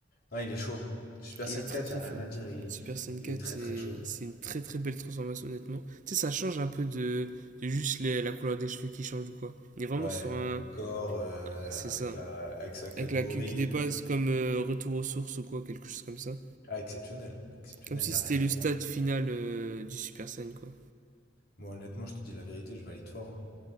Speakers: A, on the left (about 55°); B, on the right (about 40°).
A: Non, il est chaud. Super
B: il
A: Saiyan
B: est
A: 4,
B: très très
A: il n'y a
B: fort.
A: rien à dire. Il,
B: Super Saiyan
A: il
B: 4,
A: est très,
B: c'est
A: très chaud.
B: c'est une très très belle transformation, honnêtement. Tu sais, ça change un peu de, de juste les- la couleur des cheveux qui change ou quoi. Il est vraiment
A: Ouais,
B: sur
A: même
B: un.
A: le corps, euh,
B: C'est
A: avec
B: ça.
A: la, avec sa queue
B: Avec
A: de
B: la
A: gorille.
B: queue qui dépasse,
A: euh.
B: comme euh, retour aux sources ou quoi, quelque chose comme ça.
A: Ah, exceptionnel. Exceptionnel,
B: Comme si
A: il n'y
B: c'était
A: a rien
B: le
A: à dire.
B: stade final euh, du Super Saiyan, quoi.
A: Moi, honnêtement, je te dis la vérité, je valide fort. hein.